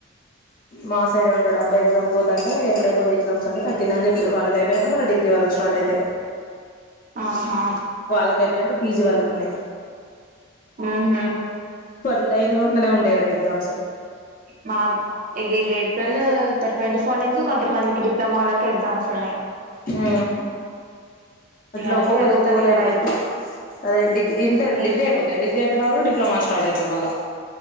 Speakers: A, on the left; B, on the right.
A: మా సైడే ఉంటడు అబ్బాయి ఎగ్జామ్ కి పోతంటే ఎప్పుడయిపోతే ఎ్జాస్ అంట తర్టీన్ అని చెప్పిన్లు వాళ్ళకి అయినా మళ్ళ డిగీ వాళ్ళ స్టార్ట్ ఇప్పుడైతే
B: ఆహా
A: వాళ్ళక అయిపోయినాక పీజీ వాళ్ళకు ఉన్నాయి
B: ఉహూ
A: ఎప్పుడట్లనే లైన్గా ఉంటనే ఉండేయండి ఎగ్జామ్స్
B: మాక్ ఇ ఇ ఏప్రిల్ర్ ట్వంటీ ఫోర్ నుంచి కొంతమందికి పప్లొమా లోకి ఎగ్జామ్స్ ఉన్నాయి
A: ఉ అట్లా
B: ఇవన్నీ
A: ఒక్కొక్కరికి
B: జరుగుతాన్నాయి
A: ఒక్కొక్కరు అయిపోతుట్టు
B: మరి
A: అదే డిగ్రీ ఇంటర్
B: ఏ
A: డిగ్రీ అయిపోతాయి డిగ్రీ అయిపోయిన వాళ్ళు డిప్లొమా స్టార్ట్ అవుతాది మళ్ళ